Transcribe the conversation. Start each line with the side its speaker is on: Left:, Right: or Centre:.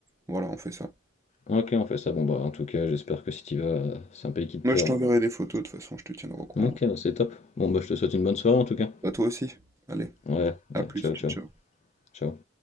Right: Voilà, on fait ça.
Left: Ok, on fait ça. Bon, bah, en tout cas, j'espère que si t'y vas, euh, c'est un pays qui te
Right: Moi,
Left: plaira.
Right: je t'enverrai des photos, de toute façon, je te tiendrai au courant.
Left: Ok, bah, c'est top. Bon, bah, je te souhaite une bonne soirée en tout cas.
Right: Bah, toi aussi. Allez,
Left: Ouais,
Right: à
Left: ouais,
Right: plus,
Left: ciao,
Right: ciao,
Left: ciao,
Right: ciao.
Left: ciao.